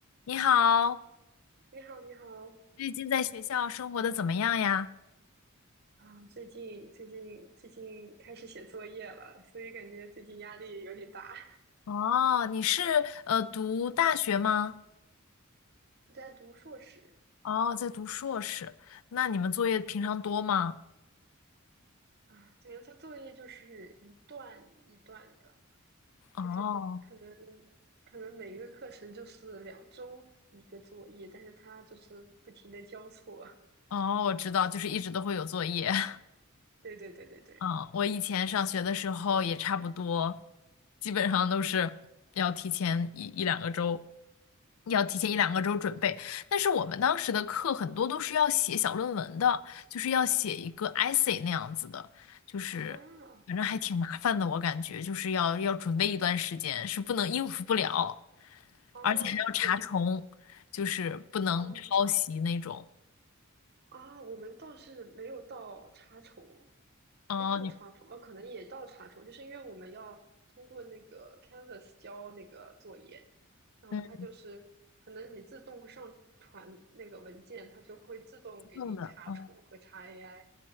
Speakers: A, on the left (about 70°); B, on the right (about 50°).
A: 你好，
B: 你好，你好，
A: 最近在学校生活的怎么样呀？
B: 啊，最近最近最近开始写作业了，所以感觉最近压力有点大。
A: 哦，你是呃读大学吗？
B: <laughs> 在读硕士
A: 哦，在读硕士。那你们作业平常多吗？
B: 啊，对，他作业就是一段一段的，
A: 哦
B: 就是可能可能每一个课程就是两周一个作业，但是他就是不停的交错。<laughs>
A: 哦，我知道，就是一直都会有作业。<laughs>
B: 对对对对对，
A: 嗯，我以前上学的时候也差不多，基本上都是要提前一一两个周，要提前一两个周准备。但是我们当时的课很多都是要写小论文的，就是要写一个 essay 那样子的，就是反正还挺麻烦的，
B: 啊
A: 我感觉就是要要准备一段时间，是不能应付不了，
B: 哦，
A: 而且还要查重，
B: 也
A: 就是不能抄袭那种。
B: 啊。啊，我们倒是没有到查重，
A: 哦，
B: 哎，到查重哦，
A: 你
B: 可能也到查重，就是因为我们要通过那个 Canvas 交那个作业，然后它就是可能你自动上传那个文件，
A: 嗯，
B: 它就会自动给你查重和查
A: 弄的，哦，
B: AI。